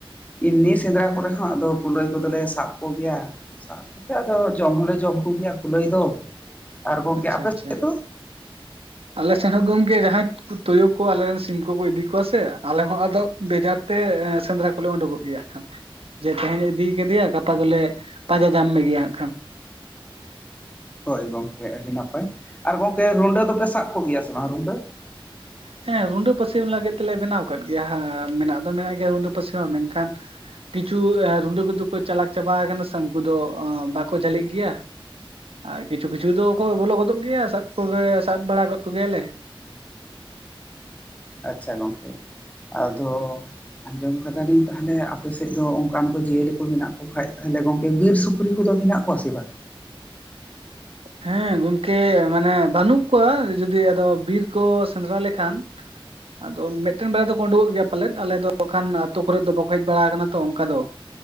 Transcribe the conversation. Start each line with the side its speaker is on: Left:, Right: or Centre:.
Left: ᱮᱢᱱᱤ ᱥᱮᱸᱫᱽᱨᱟ ᱠᱚᱨᱮ ᱦᱚᱸ ᱟᱫᱚ ᱠᱩᱞᱟᱹᱭ ᱠᱚᱫᱚᱞᱮ ᱥᱟᱵ ᱠᱚᱜᱮᱭᱟ, ᱥᱟᱵ ᱟᱫᱚ ᱡᱚᱢ ᱦᱚᱸᱞᱮ ᱡᱚᱢ ᱠᱚᱜᱮᱭᱟ ᱠᱩᱞᱟᱹᱭ ᱫᱚ, ᱟᱨ
Right: ᱟᱪᱪᱷᱟ
Left: ᱟᱯᱮ
Right: ᱟᱪᱪᱷᱟ
Left: ᱥᱮᱫ ᱫᱚ
Right: ᱟᱞᱮ ᱥᱮᱫ ᱦᱚᱸ ᱜᱚᱢᱠᱮ ᱡᱟᱦᱟᱸ ᱛᱳᱭᱳ ᱠᱚ ᱟᱞᱮᱨᱮᱱ ᱥᱤᱢ ᱠᱚᱠᱚ ᱤᱫᱤ ᱠᱚᱣᱟ ᱥᱮ ᱟᱞᱮ ᱦᱚᱸ ᱟᱫᱚ ᱵᱮᱡᱟᱨ ᱛᱮ ᱥᱮᱸᱫᱽᱨᱟ ᱠᱚᱞᱮ ᱩᱰᱩᱠᱚᱜ ᱜᱮᱭᱟ ᱾ ᱡᱮ ᱛᱮᱦᱮᱧ ᱤᱫᱤ ᱠᱟᱫᱮᱭᱟ ᱜᱟᱯᱟ ᱫᱚᱞᱮ ᱯᱟᱸᱡᱟ ᱧᱟᱢ ᱢᱮᱜᱮᱭᱟ ᱦᱟᱸᱜ ᱠᱷᱟᱱ <unintelligible>
Left: ᱦᱳᱭ ᱜᱚᱝᱠᱮ ᱟᱹᱰᱤ ᱱᱟᱯᱟᱭ ᱟᱨ ᱜᱚᱢᱠᱮ ᱨᱩᱸᱰᱟᱹ ᱫᱚᱯᱮ ᱥᱟᱵ ᱠᱚᱜᱮᱭᱟ ᱥᱮ ᱵᱟᱝ ᱨᱩᱰᱟᱹ?
Right: ᱦᱮᱸ ᱨᱩᱰᱟᱹ ᱯᱟᱹᱥᱤ ᱞᱟᱹᱜᱤᱫ ᱛᱮᱞᱮ ᱵᱮᱱᱟᱣ ᱠᱟᱫ ᱜᱮᱭᱟ ᱢᱮᱱᱟᱜ ᱫᱚ ᱢᱮᱱᱟᱜ ᱜᱮᱭᱟ ᱨᱩᱰᱟᱹ ᱯᱟᱹᱥᱤ ᱦᱚᱸ ᱢᱮᱱᱠᱷᱟᱱ ᱠᱤᱪᱷᱩ ᱨᱩᱸᱰᱟᱹ ᱠᱚᱫᱚ ᱠᱚ ᱪᱟᱞᱟᱠ ᱪᱟᱵᱟ ᱟᱠᱟᱱᱟ ᱥᱮ ᱩᱱᱠᱩ ᱫᱚ ᱵᱟᱠᱚ ᱡᱷᱟᱹᱞᱤᱜ ᱜᱮᱭᱟ ᱾ ᱟᱨ ᱠᱤᱪᱷᱩ ᱠᱤᱪᱷᱩ ᱫᱚᱠᱚ ᱵᱚᱞᱚ ᱜᱚᱫᱚᱜ ᱜᱮᱭᱟ ᱥᱟᱵ ᱠᱚᱜᱮ ᱥᱟᱵ ᱵᱟᱲᱟ ᱟᱠᱟᱫ ᱠᱚᱜᱮᱭᱟᱞᱮ ᱾
Left: ᱟᱪᱪᱷᱟ ᱜᱚᱝᱠᱮ, ᱟᱫᱚ ᱟᱸᱡᱚᱢ ᱟᱠᱟ ᱫᱟᱞᱤᱧ ᱛᱟᱦᱚᱞᱮ ᱟᱯᱮ ᱥᱮᱫ ᱫᱚ ᱚᱱᱠᱟᱱ ᱠᱚ ᱡᱤᱭᱟᱹᱞᱤ ᱠᱚ ᱢᱮᱱᱟᱜ ᱠᱚ ᱠᱷᱟᱡ ᱛᱟᱦᱚᱞᱮ ᱜᱚᱝᱠᱮ ᱵᱤᱨ ᱥᱩᱠᱨᱤ ᱠᱚᱫᱚ ᱢᱮᱱᱟᱜ ᱠᱚᱣᱟ ᱥᱮ ᱵᱟᱝ?
Right: ᱦᱮᱸ ᱜᱚᱢᱠᱮ ᱢᱟᱱᱮ ᱵᱟᱹᱱᱩᱜ ᱠᱚᱣᱟ ᱡᱩᱫᱤ ᱟᱫᱚ ᱵᱤᱨ ᱠᱚ ᱥᱮᱸᱫᱽᱨᱟ ᱞᱮᱠᱷᱟᱱ ᱟᱫᱚ ᱢᱤᱫᱴᱮᱱ ᱵᱟᱨᱭᱟ ᱫᱚᱠᱚ ᱩᱰᱩᱠᱚᱜ ᱜᱮᱭᱟ ᱯᱟᱞᱮᱫ ᱟᱞᱮ ᱫᱚ ᱠᱷᱟᱱ ᱟᱛᱳ ᱠᱚᱨᱮᱫ ᱫᱚ ᱵᱟᱠᱚ ᱦᱮᱡ ᱵᱟᱲᱟ ᱟᱠᱟᱱᱟ ᱛᱚ ᱚᱱᱠᱟ ᱫᱚ ᱾